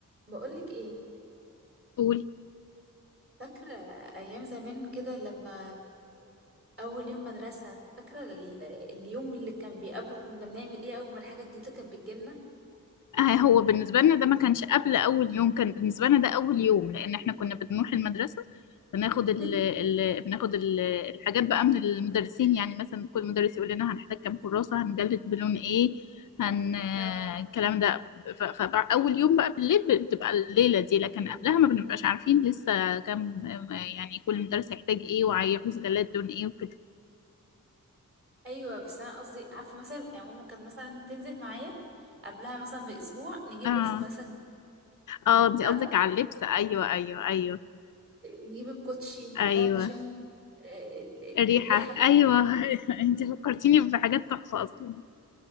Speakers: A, on the right; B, on the left.
A: بقولك ايه
B: قول
A: فاكرة ايام زمان كده لما اول يوم مدرسة فاكرة ال- اليوم اللي كان بيقابله كنا بنعمل ايه اول ما الحاجة الجديدة كانت بتجيلنا
B: آه، هو بالنسبة لنا ده ما كانش قبل أول يوم كان بالنسبة لنا ده أول يوم لأن إحنا كنا بنروح المدرسة بناخد
A: <laughs>
B: ال ال بناخد ال الحاجات بقى من المدرسين يعني مثلا كل مدرس يقول لنا هنحتاج كام كراسة هنجلد بلون إيه هن آه،
A: أو.
B: الكلام ده فأول يوم بقى بالليل ب- بتبقى الليلة دي لكن قبلها ما بنبقاش عارفين لسه كام آه، يعني كل مدرس هيحتاج إيه وهيعوز جلاد لون إيه وكده
A: ايوه بس انا قصدي عارفة مثلا يعني ماما كانت مثلا تنزل معايا قبلها مثلا باسبوع نجيب
B: آه
A: لبس المدرسة الجديد،
B: آه دي
A: فاهمة
B: قصدك على اللبس أيوه أيوه أيوه
A: نجيب الكوتشي
B: أيوه
A: نقعد نشم آه، ال-
B: الريحة
A: الريحة بتاعت-
B: أيوة <laughs> أنت فكرتيني بحاجات تحفة أصلا